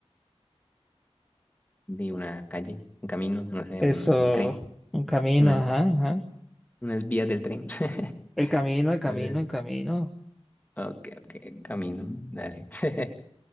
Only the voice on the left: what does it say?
de una calle, un camino, no sé,
un, un tren,
unas,
unas vías del tren. <laughs>
Eh,
ok, ok, camino, dale. <laughs>